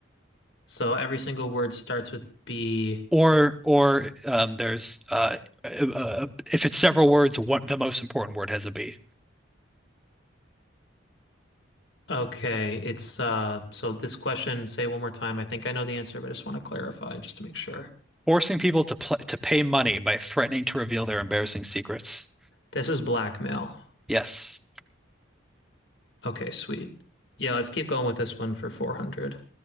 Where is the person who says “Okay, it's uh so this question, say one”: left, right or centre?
Left